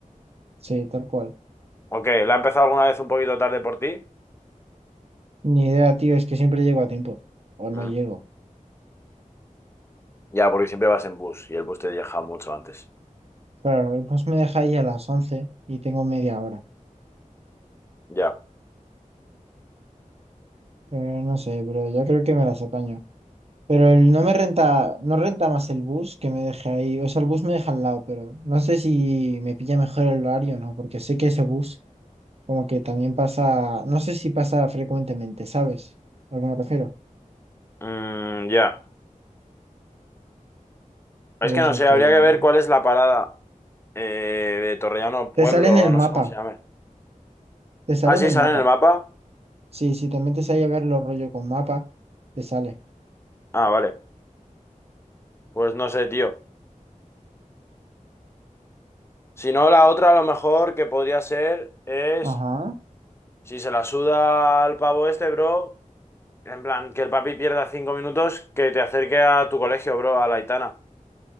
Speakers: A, on the right; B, on the left.
A: sí, tal cual.
B: Ok, ¿la ha empezado alguna vez un poquito tarde por ti?
A: Ni idea, tío, es que siempre llego a tiempo o no
B: Mm,
A: llego.
B: Ya, porque siempre vas en bus y el bus te deja mucho antes.
A: Claro, el bus me deja ahí a las 11 y tengo media hora.
B: Ya.
A: Pero no sé, pero yo creo que me las apaño. Pero el- no me renta, no renta más el bus que me deje ahí. O sea, el bus me deja al lado, pero no sé si me pilla mejor el horario o no, porque sé que ese bus como que también pasa, no sé si pasa frecuentemente, ¿sabes? A lo que me refiero.
B: Mm, ya. Es
A: Pero
B: que
A: eso
B: no sé,
A: que
B: habría que ver cuál es la parada eh, de Torrellano Pueblo,
A: te sale en el
B: o no
A: mapa.
B: sé cómo se llame.
A: Te sale
B: Ah,
A: en
B: sí,
A: el
B: sale
A: mapa.
B: en el mapa.
A: Sí, si también te sale a ver los rollo con mapa, te sale.
B: Ah, vale. Pues no sé, tío. Si no, la otra a lo mejor que podría ser es,
A: Ajá,
B: si se la suda al pavo este, bro, en plan, que el papi pierda cinco minutos, que te acerque a tu colegio, bro, a la Aitana.